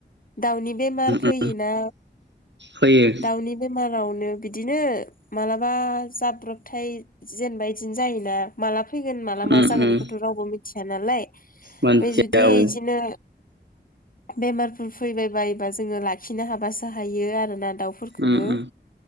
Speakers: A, on the left; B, on the right.
A: दाउनि बेमार फैयोना
B: उम फैयो
A: दाउनि बेमार रावनो बिदिनो मालाबा जाब्रबथाय जेनेबा बिदिनो जायोना माला फैगोन माला
B: उम
A: मा जागोन
B: उम
A: बेखौथ' रावबो मिथिया नालाय ओमफ्राय
B: मानसिया
A: जुदि
B: औ
A: बिदिनो बेमारफोर फैबाय बायोबा जोङो लाखिनो हाबासो हायो आरोना दाउ फोरखौबो
B: उम उम